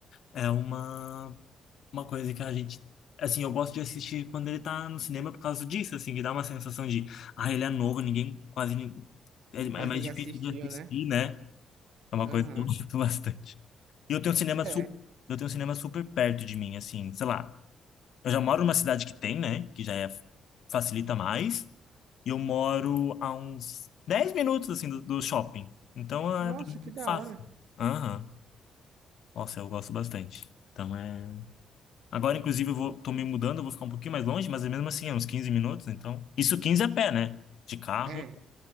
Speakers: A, on the left; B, on the right.
A: é uma uma coisa que a gente. Assim, eu gosto de assistir quando ele tá no cinema por causa disso, assim, que dá uma sensação de, ah, ele é novo, ninguém, quase ninguém. É, é
B: Quase
A: mais
B: ninguém
A: difícil
B: assistiu,
A: de assistir,
B: né?
A: né? É uma
B: Aham.
A: coisa que eu <laughs> gosto bastante. E eu tenho cinema
B: É.
A: super, eu tenho cinema super perto de mim, assim, sei lá. Eu já moro numa cidade que tem, né? Que já é, facilita mais. E eu moro a uns 10 minutos, assim, do, do shopping. Então,
B: Nossa,
A: é pra mim,
B: que da
A: é fácil.
B: hora.
A: Aham. Nossa, eu gosto bastante. Então, é. Agora, inclusive, eu vou, tô me mudando, eu vou ficar um pouquinho mais longe, mas é mesmo assim, é uns 15 minutos, então. Isso 15 a pé, né? De carro
B: É.